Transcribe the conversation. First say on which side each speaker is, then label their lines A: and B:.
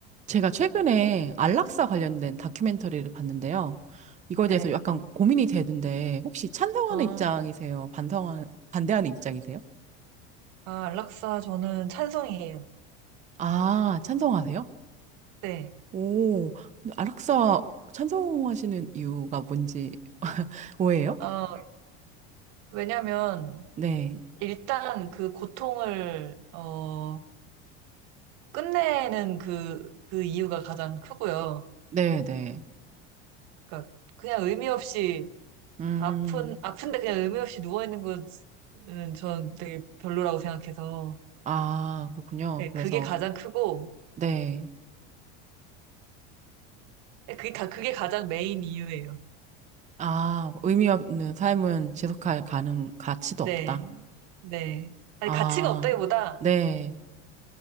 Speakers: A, on the right; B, on the right.
A: 제가 최근에 안락사 관련된 다큐멘터리를 봤는데요. 이거에
B: 네.
A: 대해서 약간 고민이 되는데, 혹시 찬성하는
B: 아,
A: 입장이세요? 반성하는, 반대하는 입장이세요?
B: 아, 락사 저는 찬성이에요.
A: 아, 찬성하세요?
B: 네.
A: 오, 근데 안락사 찬성하시는 이유가 뭔지, <laughs> 뭐예요?
B: 어, 왜냐면,
A: 네,
B: 일단 그 고통을, 어, 끝내는 그, 그 이유가 가장 크고요.
A: 네, 네.
B: 그러니까, 그냥 의미 없이,
A: 음,
B: 아픈, 아픈데 그냥 의미 없이 누워있는 것은 전 되게 별로라고 생각해서,
A: 아, 그렇군요.
B: 네,
A: 그래서,
B: 그게 가장 크고,
A: 네.
B: 네, 그게 가, 그게 가장 메인 이유예요.
A: 아, 의미 없는 삶은 지속할 가능, 가치도
B: 네.
A: 없다.
B: 네. 아니,
A: 아,
B: 가치가 없다기보다,
A: 네.